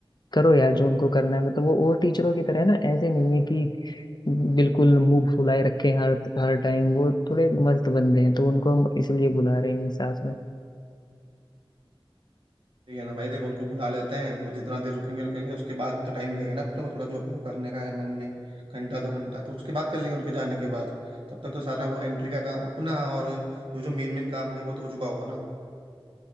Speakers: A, on the left; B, on the right.
A: करो यार जो उनको करना है मतलब वो और टीचरों की तरह है ना ऐसे नहीं है कि बिल्कुल मुंह फुलाए रखे हैं हर हर टाइम वो थोड़े मस्त बंदे हैं तो उनको हम इसलिए बुला रहे हैं साथ में
B: ठीक है ना भाई देखो उनको बुला लेते हैं वो जितना देर रुकेंगे रुकेंगे उसके बाद तो टाइम मिलेगा ना अपने को थोड़ा जो अपने को करने का है मन में घंटा दो घंटा तो उसके बाद कर लेंगे उनके जाने के बाद तब तक तो सारा वो एंट्री का काम अपना और जो जो मेन मेन काम है वो तो हो चुका होगा ना